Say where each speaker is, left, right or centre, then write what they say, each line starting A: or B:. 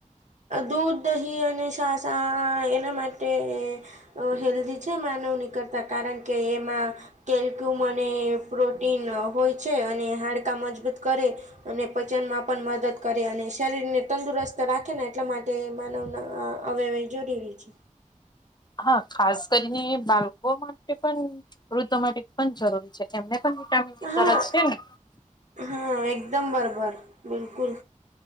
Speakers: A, on the right; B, on the left.
A: દૂધ, દહી અને છાસા એના માટે અ હેલ્ધી છે, માનવની કરતા કારણ કે એમાં કેલ્ક્યુમ અને પ્રોટીન હોય છે, અને હાડકા મજબૂત કરે અને પચનમાં પણ મદદ કરે અને શરીર ને તંદુરસ્ત રાખે ને એટલા માટે માનવના અવેવે જોડીવી છે.
B: હા ખાસ કરીને બાલકો માટે પન વૃદ્ધો માટે પન જરૂરી છે, એમને પણ વિટામીનની
A: હા
B: ગરજ છે, ને
A: હા એકદમ બરાબર બિલકુલ